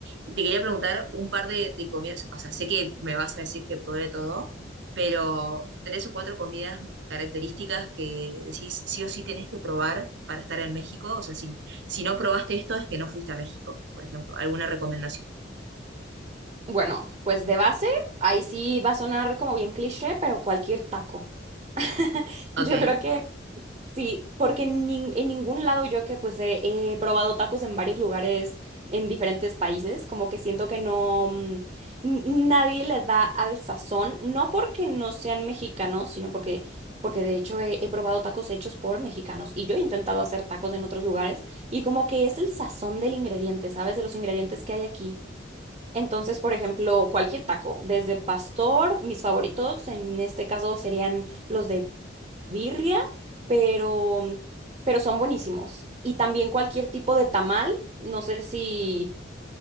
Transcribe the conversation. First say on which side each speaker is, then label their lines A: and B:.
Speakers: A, on the right (about 70°); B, on the right (about 30°).
A: Y te quería preguntar un par de, de comidas, o sea, sé que me vas a decir que pruebe todo, pero tres o cuatro comidas características que decís sí o sí tenés que probar para estar en México. O sea, si, si no probaste esto es que no fuiste a México, por ejemplo. ¿Alguna recomendación?
B: Bueno, pues de base, ahí sí va a sonar como bien cliché, pero cualquier taco. <laughs>
A: Ok.
B: Yo creo que Sí, porque en, nin- en ningún lado yo que pues he, he probado tacos en varios lugares en diferentes países, como que siento que no, mm, n- nadie le da al sazón, no porque no sean mexicanos, sino porque, porque de hecho he, he probado tacos hechos por mexicanos y yo he intentado hacer tacos en otros lugares y como que es el sazón del ingrediente, ¿sabes? De los ingredientes que hay aquí. Entonces, por ejemplo, cualquier taco, desde pastor, mis favoritos en este caso serían los de birria, pero, pero son buenísimos. Y también cualquier tipo de tamal, no sé si,